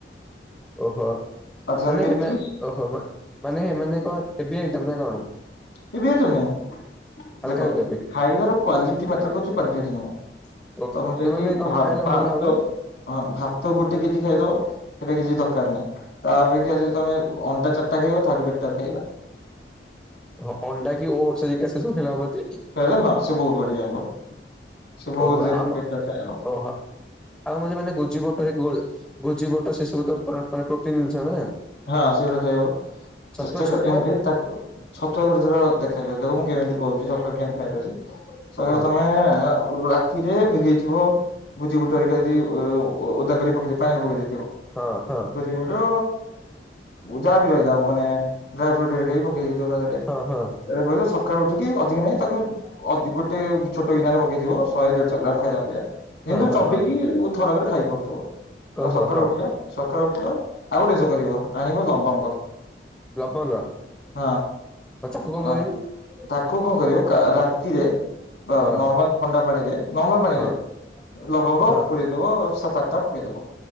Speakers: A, in the centre; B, on the left.
A: ଓହୋ
B: ପାଞ୍ଚ ଥର
A: ମାନେ
B: କେମିତି
A: ଓହୋ ମାନେ କଣ ହେବି ଆଇଟ ନା କଣ?
B: ହେବି ଆଇଟମ ନାଇଁ
A: ହାଲକା
B: ଦେଖ
A: ହାଲକା ବି
B: ଖାଇବାର କ୍ଵାଲିଟି ମାଟର କରୁଛି କ୍ୟାଣ୍ଟିଟି ନୁହଁ।
A: ଓହୋ
B: ତମେ ଯାଇକି
A: ତ ମାନେ କଣ
B: ଭା
A: କଣ ଖାଇଲେ ଭଲ
B: ଭାତ
A: ହବ?
B: ହଁ ଭାତ ଗୋଟେ କେଜି ଖାଇଦବ। ସେଇଟା କିଛି ଦରକାର ନାହିଁ। ତା ଅପେକ୍ଷା ଯଦି ତମେ ଅଣ୍ଡା ଚାରିଟା ଖାଇବ ତାଠୁ ବେଟର ଖାଇବ।
A: ହଁ ଅଣ୍ଡା କି ଓଡସହେରିକା ସେ ସବୁ ଖାଇଲେ ହବଟି।
B: ଖାଇଲେ ହଁ ସେ ବୋହୁତ ବଢିଆ ହବ। ସିଏ ବୋହୁତ
A: ଓହୋ
B: ଦିନ
A: ଆମ
B: ପେଟଠାଆ ହବ
A: ଓହୋ ଆଉ ମାନେ ଗୋଜି ବଟ ଗୋଜି ବଟ ସେ ସବୁ ତେ ପ୍ରୋଟିନ ଜିନିଷ ନା
B: ହଁ ସେ ଗୁଡା ଖାଇ ହବ
A: ଛତୁଆ
B: ଚେଷ୍ଟା କର
A: ଛତୁଆ
B: ଯେମିତି ତା ଛତୁଆ ଗୋଟେ ଥର ଦେଖ। ଦେଖ ମୁଁ କେମିତି କହୁଛି ସକାଳୁ କେମିତି ଖାଇବାର ଅଛି। ସଙ୍ଗେ
A: ହଁ
B: ତମେ ଥିରେ ବିଗେଇଥିବ ଭୋଜି ବୁଟାରିକା ଯଦି ଓଦା କରି ପକେଇ ପାଣିରେ ପକେଇ ଦେଇଥିବ।
A: ହଁ ହଁ
B: ବୁଝିବୁ ଟୁ। ଯାହା ବି ରହିଲା ମାନେ ଡ୍ରାଇ ଫ୍ରୁଟ ହେରିକା ବି ପକେଇଦେଇଥିବ ତା ଥିରେ।
A: ହଁ ହଁ ହଁ
B: ରାତି ପାଇଲେ ସକାଳୁ ଉଠିକି ଅଧିକ ନାହିଁ ତାକୁ ଅଧ ଗୋଟେ ଛୋଟ ଗିନାରେ ପକେଇଥିବ ଶହେ ଦେଢଶହ ଗ୍ରାମ ଖାଇଲା ଭଳିଆ। ଯେମିତି
A: ହଁ
B: ଚନେଇକି
A: ହଁ।
B: ଥରକରେ ଖାଇ ପାରୁଥିବ। ଆଉ
A: ଓହୋ
B: ସକାଳୁ
A: ହଁ
B: ଉଠିଲେ ସକାଳୁ ଉଠିଲ ଆଉ ଗୋଟେ ଜିନିଷ କରିବ ଆଣିବ ଲବଙ୍ଗ।
A: ଲବଙ୍ଗ
B: ହଁ
A: ତାକୁ କଣ
B: ହଁ।
A: କରିବି
B: ତାକୁ କଣ କରିବ କା ରାତିରେ
A: ହଁ
B: ନର୍ମାଲ ଥଣ୍ଡା ପାଣିରେ ନର୍ମାଲ ପାଣିରେ
A: ହଁ
B: ଲବଙ୍ଗ
A: ହଁ
B: ପୁରେଇ ଦବ ସାତ ଆଠଟା ପରେଇଦବ।